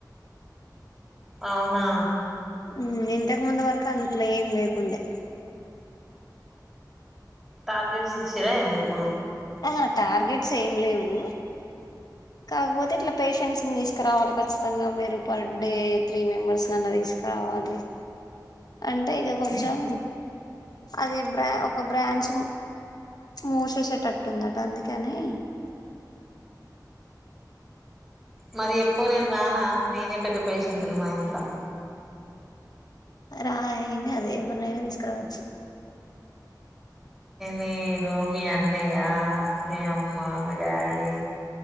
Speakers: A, in the centre; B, on the left (about 60°).
A: అవునా
B: ఉమ్ ఇంతకు ముందు వరకు అంతేం లేకుండే
A: టార్గెట్స్ ఇచ్చిరా ఏంది ఇప్పుడు
B: ఆహా టార్గెట్స్ ఏం లేవు కాకపోతే ఇట్లా పేషెంట్స్ ని తీసుకురావాలి ఖచ్చితంగా మీరు పర్ డే త్రీ మెంబర్స్నీ అన్న తీసుకురావాలి అంటే ఇక కొంచెం అదే బ్రా ఒక బ్రాంచ్ మూసిసేటట్టు అందుకని
A: మరి ఎప్పుడూ నేను రానా నేనే పెద్ద పేషెంట్ని మా ఇంట్లో
B: రా ఏం కాదు ఎవరినియైన తీసుకురావచ్చు
A: నేను మీ అన్నయ్య మీ అమ్మ మీ డాడీ